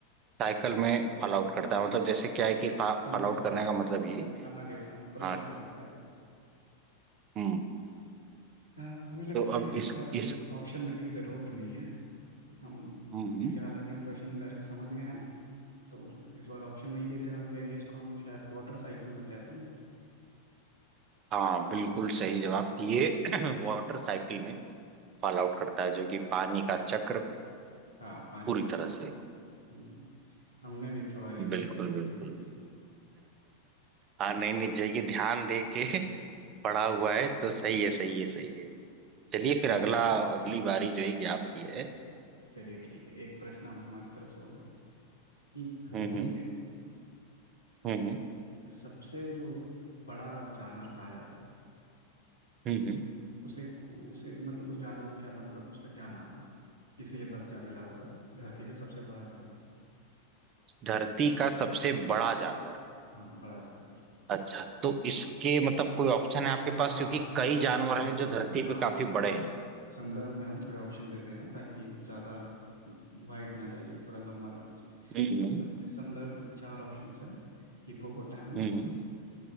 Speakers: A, on the right (about 30°); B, on the left (about 80°).
A: साइकिल में फॉल आउट करता है मतलब जैसे क्या है कि फॉल
B: समझ गए
A: आउट
B: समझ
A: करने
B: गए
A: का मतलब ये
B: समझ गए हम प्रश्न
A: हाँ
B: समझ गए आपका
A: हम्म
B: हाँ, हमें लगता
A: तो
B: है
A: अब
B: कि इसका
A: इस
B: आपको
A: इस
B: ऑप्शन देने की जरूरत नहीं है हम
A: हम्म
B: क्योंकि हालांकि हम क्वेश्चन डायरेक्ट समझ गए हैं तो इस बार ऑप्शन नहीं लेते हुए हम कहेंगे इसको हम शायद वाटर साइकिल में कहते हैं
A: हाँ बिल्कुल सही जवाब ये <clears throat> वाटर साइकिल में फॉल आउट करता है जो कि पानी का चक्र
B: हाँ पानी
A: पूरी
B: का चक्कर
A: तरह से
B: हम्म, हमने भी थोड़ा ईवीएस
A: बिल्कुल
B: अच्छे से
A: बिल्कुल
B: पढ़ी थी
A: हाँ नहीं नहीं जो है कि ध्यान दे के पढ़ा हुआ है तो सही है सही है सही है चलिए
B: हम्म,
A: फिर अगला अगली बारी जो है कि आपकी है
B: चलिए ठीक है एक प्रश्न अब हमारी तरफ से होगा कि धरती
A: हम्म हम्म
B: पे
A: हम्म
B: सबसे जो बड़ा जानवर कहा जाता है
A: हम्म हम्म। हम्म।
B: उसे उसे मतलब उस जानवर को क्या मतलब उसका क्या नाम है किसे ये दर्जा मिला हुआ है धरती का सबसे बड़ा जानवर
A: धरती का सबसे बड़ा जानवर
B: हाँ बड़ा जानवर
A: अच्छा तो इसके मतलब कोई ऑप्शन है आपके पास
B: हाँ
A: क्योंकि
B: हाँ संदर्भ
A: कई जानवर
B: में
A: हैं जो धरती पे
B: हाँ
A: काफी बड़े हैं
B: संदर्भ में हम थोड़े ऑप्शन दे दे रहे हैं ताकि ज़्यादा वाइड ना जाइए थोड़ा लंबा ना खींचे तो
A: हम्म हम्म
B: सं, इस संदर्भ में चार ऑप्शंस हैं हिपोपोटामस
A: हम्म हम्म